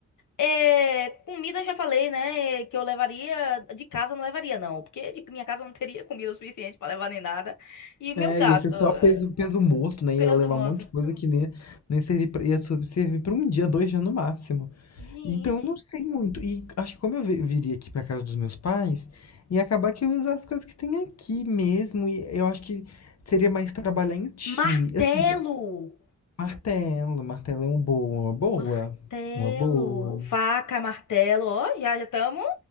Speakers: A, on the left; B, on the left.
A: É, comida eu já falei, né? é, Que eu levaria de casa eu não levaria não, porque de minha casa eu não teria <laughs> comida o suficiente pra levar nem nada. E meu
B: É,
A: gato,
B: ia ser só
A: é,
B: peso, peso morto, né? Ia
A: pelo
B: levar
A: do mundo.
B: um monte de coisa que nem, nem servir pra, ia so- servir pra um dia, dois dias no máximo.
A: Gente,
B: Então, eu não sei muito. E acho que como eu vi- viria aqui pra casa dos meus pais, ia acabar que eu ia usar as coisas que tem aqui mesmo. E eu acho que seria mais trabalhar em time.
A: martelo,
B: Assim, martelo, martelo é uma boa, uma boa.
A: martelo,
B: Uma boa.
A: faca, martelo, ó, já já estamos,